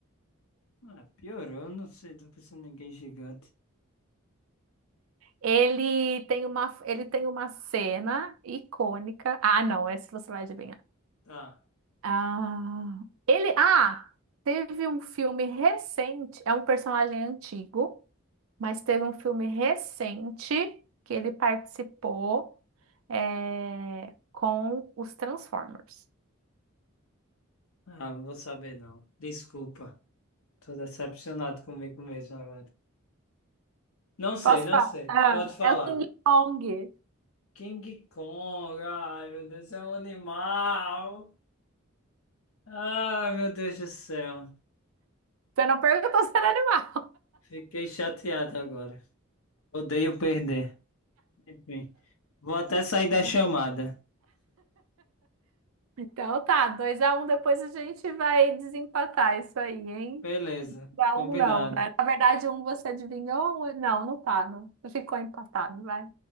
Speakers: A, on the left (about 85°); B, on the right (about 80°).
A: Ah, piorou, não sei, tô pensando em ninguém gigante.
B: Ele tem uma, ele tem uma cena icônica. Ah, não, essa você vai adivinhar.
A: Tá.
B: Ah, ele, ah, teve um filme recente, é um personagem antigo, mas teve um filme recente que ele participou é, com os Transformers.
A: Ah, não vou saber não. Desculpa. Tô decepcionado comigo mesmo agora. Não sei,
B: Posso
A: não
B: falar?
A: sei.
B: Ah,
A: Pode falar.
B: é o King Kong.
A: King Kong, ai meu Deus, é um animal. Ai meu Deus do céu,
B: Você não perguntou se era animal.
A: fiquei chateado agora. Odeio perder. Enfim, vou até sair da
B: <laughs>
A: chamada.
B: Então tá, 2 a um. depois a gente vai desempatar isso aí, hein?
A: Beleza,
B: Pra
A: combinado.
B: um não, né? Na verdade, um você adivinhou? Não, não tá, não. Ficou empatado, vai.